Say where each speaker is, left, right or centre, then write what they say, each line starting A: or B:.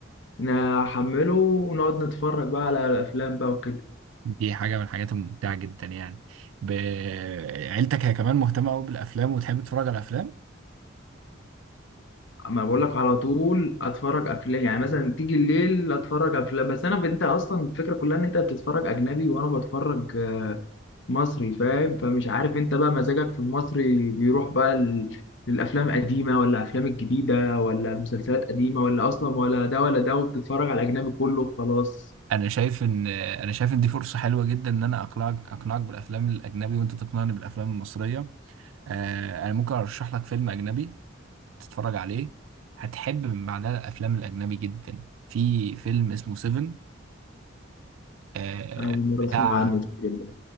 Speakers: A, on the left (about 65°); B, on the right (about 80°).
A: نحمله ونقعد نتفرج بقى على الافلام بقى وكده
B: دي حاجة من الحاجات الممتعة جدا يعني ب- عيلتك هي كمان مهتمة قوي بالافلام وتحب تتفرج على الافلام
A: اما بقول لك على طول اتفرج افلام يعني مثلا تيجي الليل اتفرج افلام بس انا انت اصلا الفكره كلها ان انت بتتفرج اجنبي وانا بتفرج آه، مصري فاهم فمش عارف انت بقى مزاجك في المصري بيروح بقى ال- للافلام القديمه ولا الافلام الجديده ولا المسلسلات قديمه ولا اصلا ولا ده ولا ده وبتتفرج على الاجنبي كله خلاص
B: انا شايف ان انا شايف ان دي فرصه حلوه جدا ان انا اقنعك اقنعك بالافلام الاجنبي وانت تقنعني بالافلام المصريه آه انا ممكن ارشح لك فيلم اجنبي تتفرج عليه هتحب من بعدها الافلام الاجنبي جدا في فيلم اسمه سيفن آه
A: اول مره
B: بتاع
A: اسمع عنه الفيلم ده.